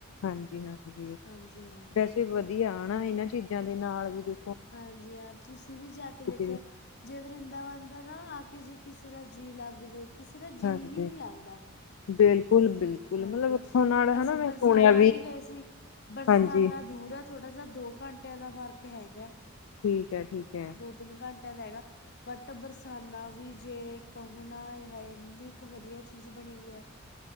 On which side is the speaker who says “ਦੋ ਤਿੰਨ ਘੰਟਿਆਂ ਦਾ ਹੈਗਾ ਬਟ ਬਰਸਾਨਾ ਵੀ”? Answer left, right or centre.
Left